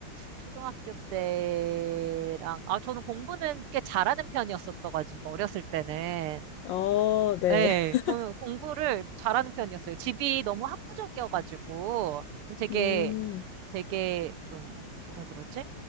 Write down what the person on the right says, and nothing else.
초등학교 때랑, 아, 저는 공부는 꽤 잘하는 편이었었어가지고, 어렸을 때는.
네
저는 공부를 잘하는 편이었어요. 집이 너무 학구적이어가지고, 되게,
되게 좀, 뭐라 그러지?